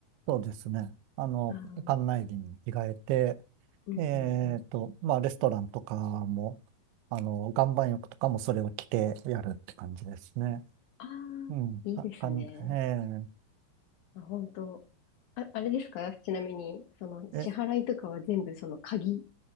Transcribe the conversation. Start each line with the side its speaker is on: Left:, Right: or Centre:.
Right: そうですね。あの、
Left: ああ
Right: 館内着に着替えて、
Left: うんうんうん。
Right: えっと、まあ、レストランとかも、あの、岩盤浴とかもそれを着てやるって感じですね。
Left: ああ、
Right: うん。
Left: いいですね。
Right: あ、かん、え
Left: あ、本当。あ、あれですかちなみに、その、支払いとかは全部その鍵、
Right: ーえ、